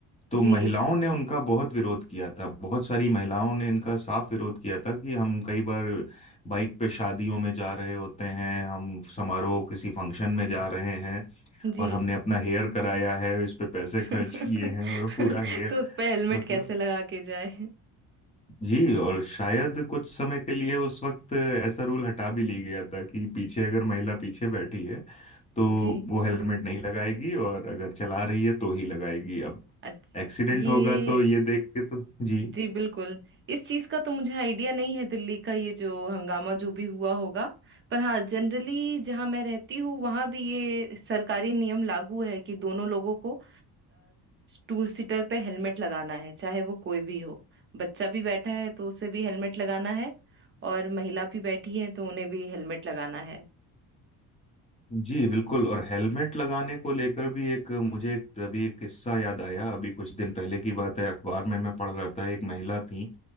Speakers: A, on the left (about 15°); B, on the right (about 30°).
A: तो
B: जी
A: महिलाओं ने उनका बहुत विरोध किया था बहुत सारी महिलाओं ने इनका साफ विरोध किया था कि हम कई बार बाइक पे शादियों में जा रहे होते हैं हम समारोह किसी फंक्शन में जा रहे हैं
B: जी
A: और हमने अपना हेयर कराया है इस पे पैसे
B: <laughs>
A: खर्च किए हैं और पूरा हेयर
B: तो उस पर हेलमेट
A: मतलब
B: कैसे लगा के जाए
A: जी और शायद कुछ समय के लिए उस वक्त ऐसा रूल हटा भी ली गया था कि पीछे अगर महिला पीछे बैठी है तो
B: जी
A: वो हेलमेट नहीं लगाएगी और अगर चला रही है तो ही लगाएगी अब
B: अच्छा
A: एक्सीडेंट
B: ये
A: होगा तो ये देख के तो जी
B: जी बिल्कुल इस चीज का तो मुझे आइडिया नहीं है दिल्ली का ये जो हंगामा जो भी हुआ होगा पर हाँ जनरली जहाँ मैं रहती हूँ वहाँ भी ये सरकारी नियम लागू है कि दोनों लोगों को टू सीटर पे हेलमेट लगाना है चाहे वो कोई भी हो बच्चा भी बैठा है तो उसे भी हेलमेट लगाना है और महिला भी बैठी है तो उन्हें भी हेलमेट लगाना है
A: जी बिल्कुल और हेलमेट लगाने को लेकर भी एक मुझे एक, अभी एक किस्सा याद आया अभी कुछ दिन पहले की बात है अखबार में मैं पढ़ रहा था एक महिला थी